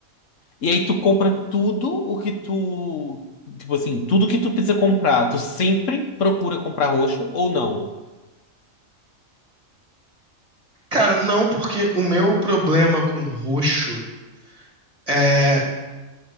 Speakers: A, on the left (about 70°); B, on the right (about 25°).
A: E aí tu compra tudo o que tu... Tipo assim, tudo que tu precisa comprar, tu sempre procura comprar roxo ou não?
B: Cara, não, porque o meu problema com roxo é.